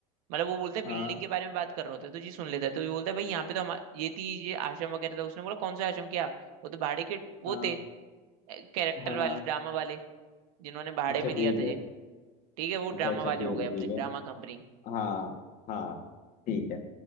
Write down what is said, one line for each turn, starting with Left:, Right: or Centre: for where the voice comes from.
Right: मतलब वो बोलते हैं
Left: हाँ
Right: बिल्डिंग के बारे में बात कर रहे होते हैं तो जी सुन लेता है तो ये बोलता है भाई यहाँ पे तो हम ये थी ये आश्रम वगैरह था उसने बोला कौन सा आश्रम क्या वो तो भाड़े के वो
Left: हाँ
Right: थे कैरेक्टर
Left: हाँ
Right: वाले
Left: हाँ
Right: ड्रामा वाले जिन्होंने भाड़े
Left: अच्छा
Right: में लिया
Left: ठीक
Right: था ये
Left: है
Right: ठीक है वो ड्रामा
Left: अच्छा अच्छा
Right: वाले
Left: ठीक
Right: हो गए
Left: है
Right: अपने
Left: ठीक है
Right: ड्रामा कंपनी
Left: हाँ हाँ ठीक है